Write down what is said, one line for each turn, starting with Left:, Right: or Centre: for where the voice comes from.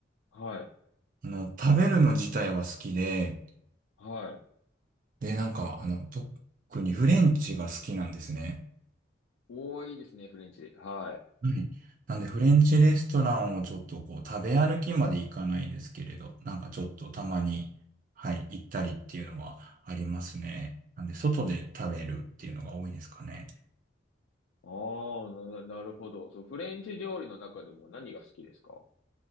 Left: はい、
Right: あの、食べるの自体は好きで、
Left: はい。
Right: で、なんか、あの、特にフレンチが好きなんですね。
Left: 多いですね、フレンチ。はい。
Right: はい。なんで、フレンチレストランをちょっとこう、食べ歩きまで行かないですけれど、なんかちょっとたまに、はい、行ったりっていうのはありますね。なんで、外で食べるっていうのが多いですかね。
Left: ああ、な、なるほど。そう、フレンチ料理の中でも何が好きですか